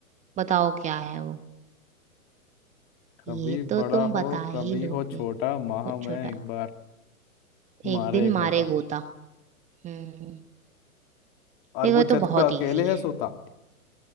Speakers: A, on the right; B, on the left.
A: बताओ क्या है वो
B: कभी
A: ये तो
B: बड़ा
A: तुम बता
B: हो
A: ही
B: कभी
A: लोगे
B: हो छोटा माह
A: कुछ छोटा
B: में एक बार
A: एक
B: मारे
A: दिन
B: एक
A: मारे
B: होता
A: गोता हम्म
B: और
A: देखो
B: वो
A: ये तो
B: छत
A: बहुत
B: पे अकेले
A: इजी
B: है
A: है
B: सोता